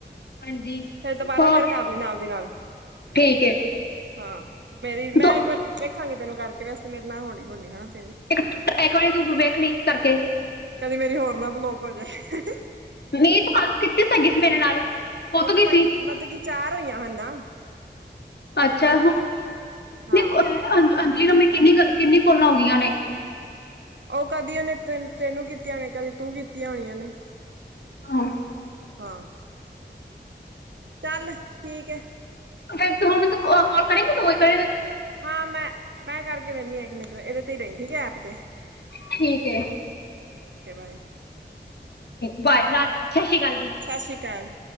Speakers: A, on the left (about 65°); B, on the right (about 75°).
A: ਹਾਂਜੀ।
B: ਫੇਰ ਦੁਬਾਰਾ,
A: ਹਾਂ
B: ਫੇਰ ਕਰ ਲਈ ਨਾਲ ਦੀ ਨਾਲ
A: ਠੀਕ ਏ।
B: ਹਾਂ, ਮੇਰੀ ਮੈਂ
A: ਤੂੰ
B: ਇੱਕ ਵਾਰ ਵੇਖਾਂਗੀ ਤੈਨੂੰ ਕਰਕੇ, ਵੈਸੇ ਮੇਰੇ ਨਾ ਹੋਣੀ ਹੋਣੀ ਹਨਾ ਤੇਰੀ
A: ਇੱਕ -ਇੱਕ ਵਾਰੀ ਤੂੰ ਵੇਖ ਲਈ ਕਰਕੇ
B: ਕਦੀ ਮੇਰੀ ਹੋਰ ਨਾ, ਬਲੋਕ ਹੋ ਜਾਏ
A: ਮੀਤ, ਤੂੰ ਕਾਲ ਕੀਤੀ ਸੀਗੀ ਮੇਰੇ ਨਾਲ ਪੁੱਤ
B: ਉਹ ਤੇ
A: ਗਈ
B: ਪੰਜ,
A: ਸੀ
B: ਮਤਲਬ ਕਿ ਚਾਰ ਹੋਈਆਂ ਹਨ ਨਾ
A: ਅੱਛਾ ਹੁ,
B: ਹਾਂ
A: ਨਹੀਂ ਅ ਅੰਜਲੀ ਨ, ਕਿੰਨੀ- ਕਿੰਨੀ ਕੋਲ ਹੋ ਗਈਆਂ ਨੇ
B: ਉਹ ਕਦੀ ਉਹਨੇ ਤੇਂ ਤੈਨੂੰ ਕੀਤੀਆਂ, ਕਦੀ ਤੂੰ ਕੀਤੀਆਂ ਹੋਣੀਆਂ ਨੇ
A: ਹਾਂ <inaudible>
B: ਹਾਂ। ਚੱਲ ਠੀਕ ਏ
A: ਫਿਰ ਦੋ ਮਿੰਟ, ਕੋਲ ਕਰੇਗੀ ਤੂ, ਕੌਲ ਕਰ
B: ਹਾਂ, ਮੈਂ -ਮੈਂ ਕਰਕੇ ਵਹਿੰਨੀ ਹਾਂ, ਇੱਕ ਮਿੰਟ ਇਹਦੇ ਤੇ ਹੀ ਰਹੀ, ਠੀਕ ਹੈ ਐਪ ਤੇ
A: ਠੀਕ ਏ,
B: ਠੀਕ ਐ ਓਕੇ ਬਾਏ।
A: ਬਾਏ ਚਾਂਸ ਸਤਿ ਸ਼੍ਰੀ ਅਕਾਲ ਜੀ। <unintelligible>
B: ਸਸ਼੍ਰੀ ਕਾਲ।